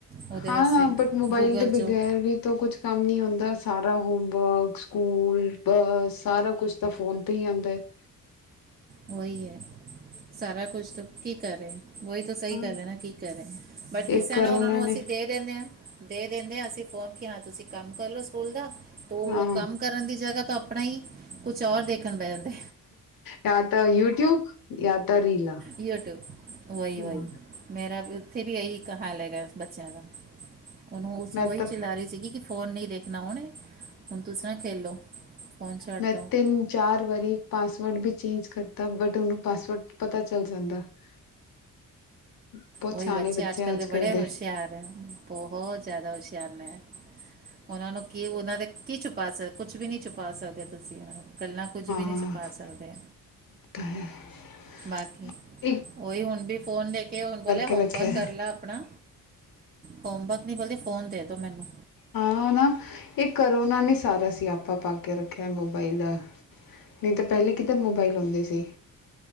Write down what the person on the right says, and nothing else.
ਉਹਦੇ
ਵਾਸਤੇ
ਗੂਗਲ
'ਚੋਂ
ਉਹੀ ਹੈ। ਸਾਰਾ ਕੁਛ ਤੇ ਕੀ ਕਿਹਰਿਆ ਉਹੀ ਤਾਂ ਸਹੀ
ਗੱਲ ਹੈ ਨਾ, ਕੀ ਕਹਿਰੇ ਬਟ ਕਿਸੇ
ਨਾ ਉਹਨਾਂ ਨੂੰ
ਅਸੀਂ। ਦੇ ਦਿੰਦੇ ਹਾਂ ਦੇ ਦਿੰਦੇ ਹਾਂ ਅਸੀਂ ਫੋਨ ਕਿ ਹਾਂ ਤੁਸੀਂ ਕੰਮ ਕਰਲੋ ਸਕੂਲ ਦਾ, ਤੋ ਉਹ
ਕੰਮ। ਕਰਨ ਦੀ ਜਗ੍ਹਾ ਤੋਂ ਆਪਣਾ ਈ ਕੁਛ ਹੋਰ ਦੇਖਣ ਬੈ ਜਾਂਦੇ
ਯੂਟਿਊਬ ਵਹੀ
ਵਹੀ ਮੇਰਾ ਉੱਥੇ ਵੀ ਏਹੀ ਇੱਕ ਹਾਲ ਹੈਗਾ ਬੱਚਿਆਂ ਦਾ ਉਹਨੂੰ ਓਸਨੂੰ
ਏ
ਚਿੱਲਾਹ ਰਈ ਸੀਗੀ ਕਿ ਫੋਨ ਨਈ ਦੇਖਣਾ ਉਹਨੇ ਹੁਣ ਤੁਸੀਂ ਨਾ ਖੇਲੋ। ਫੋਨ ਛੱਡ
ਦਿਓ
ਓ
ਈ ਬੱਚੇ ਅੱਜਕੱਲ੍ਹ
ਦੇ
ਬੜੇ ਹੁਸ਼ਿਆਰ ਐ, ਬਹੁਤ ਜਿਆਦਾ ਹੁਸ਼ਿਆਰ ਨੇ। ਉਹਨਾਂ ਨੂੰ ਕੀ ਉਹਨਾਂ ਦਾ ਕੀ ਛੁਪਾਸ ਕੁਛ ਵੀ ਨੀ। ਛੁਪਾ ਸਕਦੇ ਹੋ ਤੁਸੀਂ ਉਹਨਾ ਨੂੰ ਗੱਲਾਂ ਕੁੱਝ ਵੀ
ਨੀ ਛੁਪਾ ਸਕਦੇ।
ਬਾਕੀ
ਓਈ ਹੁਣ ਵੀ ਫੋਨ ਲੇ ਕੇ ਹੁਣ ਬੋਲਿਆ
ਹੋਮਵਰਕ
ਕਰ ਲਾ ਆਪਣਾ। ਹੋਮਵਰਕ ਨੀ ਬੋਲਦੀ ਫੋਨ ਦੇ ਦੋ ਮੈਨੂੰ